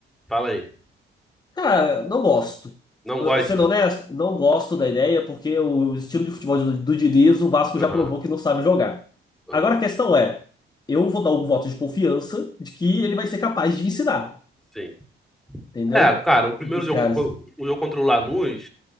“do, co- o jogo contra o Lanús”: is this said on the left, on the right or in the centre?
Centre